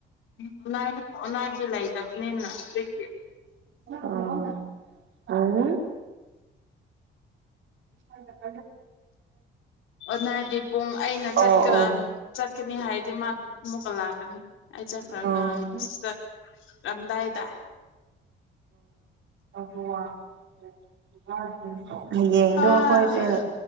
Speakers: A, on the left (about 80°); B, on the right (about 70°).
A: ꯑꯣꯟꯂꯥꯏꯟ ꯑꯣꯟꯂꯥꯏꯟꯗꯤ ꯂꯩꯇꯕꯅꯤꯅ ꯍꯧꯖꯤꯛꯇꯤ
B: ꯑ ꯑ ꯗꯉ <unintelligible>
A: ꯑꯣꯅꯔꯗꯤ ꯄꯨꯡ ꯑꯩꯅꯀ
B: ꯑꯣ ꯑꯣ
A: ꯆꯠꯀꯅꯤ ꯍꯥꯏꯔꯗꯤ ꯃꯥ ꯑꯃꯨꯛꯀ ꯂꯥꯛꯀꯅꯤ ꯑꯩ ꯆꯠꯈ꯭ꯔꯒ
B: ꯑꯣ
A: ꯆꯠꯂꯝꯝꯗꯥꯏꯗ
B: ꯍ <unintelligible> ꯍꯌꯦꯡ
A: ꯑꯥ
B: ꯘꯣ ꯈꯣꯏꯁꯦ